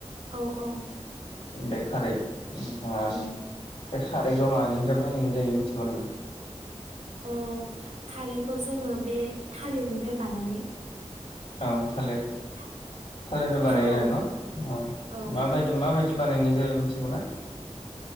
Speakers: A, on the right; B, on the left.
A: औ औ
B: बेखारै नोंथाङा
A: उम
B: बे खारैखौ मानिफ्राय बाहायनाय जायो मिथिगौ नामा?
A: अ खारैखौ जोङो बे थालिरनिफ्राय बानायो
B: औ थालिर थालिरनिफ्राय
A: था-
B: बानायो
A: औ
B: आरो न
A: औ
B: माबायदि माबायदि बानायनाय जायो मिथिगौ ना?